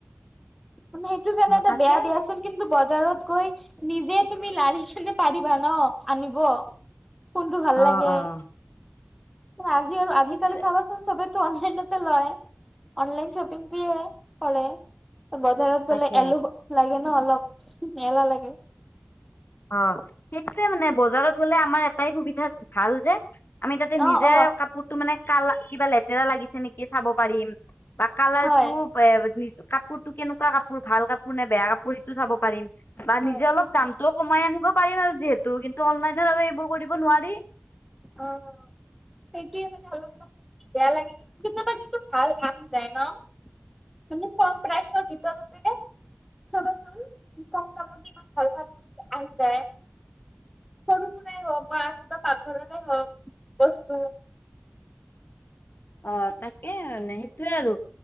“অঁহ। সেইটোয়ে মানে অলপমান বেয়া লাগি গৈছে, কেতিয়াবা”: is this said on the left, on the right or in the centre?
Centre